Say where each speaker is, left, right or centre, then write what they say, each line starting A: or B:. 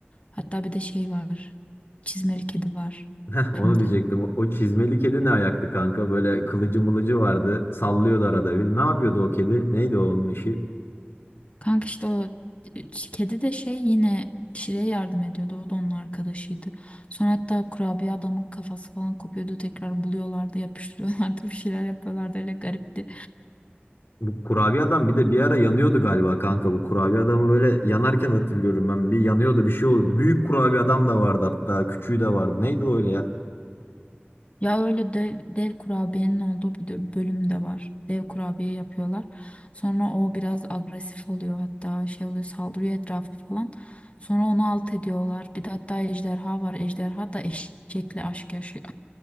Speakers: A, on the left; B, on the left.
A: Hatta bir de şey var çizmeli kedi var
B: Heh,
A: filmde.
B: onu diyecektim. O, o çizmeli kedi ne ayaktı kanka? Böyle kılıcı mılıcı vardı. Sallıyordu arada. Bir, ne yapıyordu o kedi? Neydi o onun işi?
A: Kanka işte o e, kedi de şey yine Şire'ye yardım ediyordu o da onun arkadaşıydı. Sonra hatta kurabiye adamın kafası falan kopuyordu tekrar buluyorlardı yapıştırıyorlardı <laughs> bir şeyler yapıyorlardı öyle garipti.
B: Bu kurabiye adam bir de bir ara yanıyordu galiba kanka. Bu kurabiye adamı böyle yanarken hatırlıyorum ben. Bir yanıyordu bir şey oluyordu. Büyük kurabiye adam da vardı hatta. Küçüğü de vardı. Neydi o öyle ya?
A: Ya öyle dev, dev kurabiyenin olduğu bir de bölüm de var. Dev kurabiye yapıyorlar. Sonra o biraz agresif oluyor hatta şey oluyor saldırıyor etrafı falan. Sonra onu alt ediyorlar. Bir de hatta ejderha var. Ejderha da eşekle aşk yaşıyor.